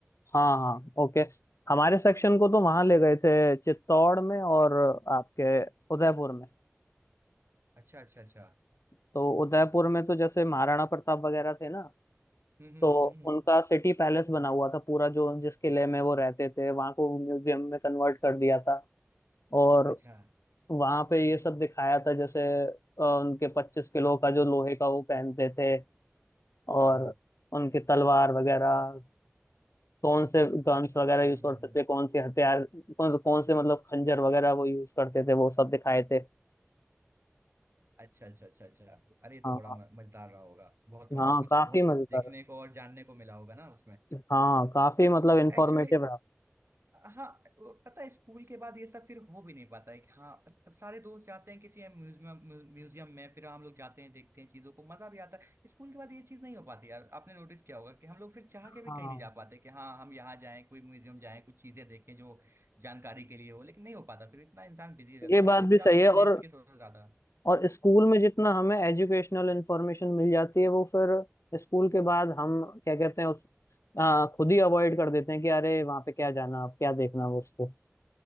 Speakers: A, on the left (about 75°); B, on the right (about 60°).
A: हाँ हाँ ओके हमारे सेक्शन को तो वहां ले गए थे चित्तौड़ में और आपके उदयपुर में
B: अच्छा अच्छा अच्छा
A: तो उदयपुर में तो जैसे महाराणा प्रताप वगैरह थे ना
B: हम्म हम्म
A: तो
B: हम्म हम्म हम्म।
A: उनका सिटी पैलेस बना हुआ था पूरा जो जिस किले में वो रहते थे वहां को म्यूजियम में कन्वर्ट कर दिया था और
B: अच्छा
A: वहां पे ये सब दिखाया था जैसे अ, उनके पच्चीस किलो का जो लोहे का वो पहनते थे और
B: हाँ हाँ
A: उनकी तलवार वगैरह कौन से गन्स वगैरह
B: हम्म
A: यूज
B: हम्म
A: करते
B: हम्म
A: थे कौन से हथियार कौन, कौन से मतलब खंजर वगैरह वो यूज करते थे वो सब दिखाए थे
B: अच्छा अच्छा अच्छा अच्छा अरे ये
A: हाँ
B: तो बड़ा म- मजेदार रहा होगा बहुत मतलब
A: हाँ
B: कुछ
A: काफी
B: बहुत कुछ
A: मजेदार
B: देखने को और जानने को मिला होगा ना उसमें
A: हाँ काफी मतलब इंफॉर्मेटिव
B: एक्चुअली
A: रहा
B: हाँ वो पता है स्कूल के बाद ये सब फिर हो भी नहीं पाता है कि हाँ अब सारे दोस्त जाते हैं किसी म्यूजियम म्यूजियम में फिर हम लोग जाते हैं देखते हैं चीजों को मजा भी आता है स्कूल के बाद ये चीज नहीं हो पाती यार आपने नोटिस किया होगा कि हम लोग फिर चाह
A: हाँ
B: के भी कहीं नहीं जा पाते कि हाँ हम यहाँ जाएं कोई म्यूजियम जाएं कुछ चीजें देखें जो जानकारी के लिए हो लेकिन नहीं हो पाता फिर इतना इंसान बिजी हो जाता
A: ये
B: है। भाई
A: बात
B: चुपचाप
A: भी सही
B: से
A: है
B: लेट
A: और
B: के सोच रहा था
A: और स्कूल में जितना हमें एजुकेशनल इंफॉर्मेशन मिल जाती है वो फिर स्कूल के बाद हम क्या कहते हैं उस आ, खुद ही अवॉइड कर देते हैं कि अरे वहां पे क्या जाना अब क्या देखना वो उसको